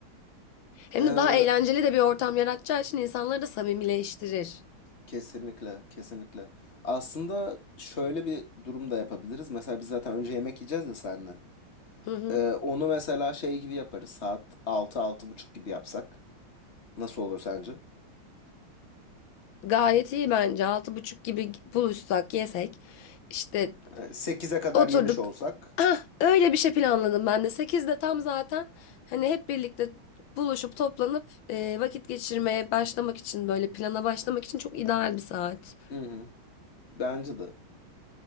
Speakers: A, on the left (about 70°); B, on the left (about 35°).
A: Hem
B: evet.
A: de daha eğlenceli de bir ortam yaratacağı için insanları da samimileştirir.
B: Kesinlikle, kesinlikle. Aslında şöyle bir durum da yapabiliriz. Mesela biz zaten önce yemek yiyeceğiz ya seninle.
A: Hı hı.
B: Ee, onu mesela şey gibi yaparız. Saat altı altı buçuk gibi yapsak. Nasıl olur sence?
A: Gayet iyi bence. Altı buçuk gibi buluşsak, yesek. İşte
B: Ee, 8'e kadar
A: oturduk.
B: yemiş olsak.
A: Ah, öyle bir şey planladım ben de. Sekizde tam zaten hani hep birlikte buluşup toplanıp e, vakit geçirmeye başlamak için böyle plana başlamak için çok ideal bir saat.
B: Hı hı. Bence de.